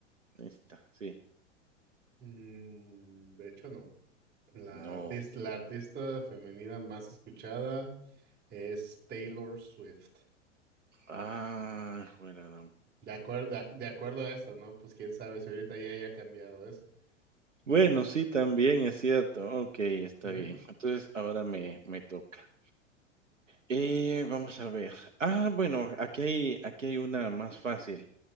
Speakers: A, on the right; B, on the right.
A: Esta, sí.
B: Mm, de hecho, no. La
A: No.
B: artista, la artista femenina más escuchada es Taylor Swift.
A: Ah, juela,
B: De acuerdo, a- de acuerdo a esto, ¿no? Pues quién sabe si ahorita ya haya cambiado eso. Ok.
A: Bueno, sí, también es cierto. Ok, está
B: Ujú.
A: bien. Entonces ahora me, me toca. Eh, vamos a ver. Ah, bueno, aquí hay, aquí hay una más fácil.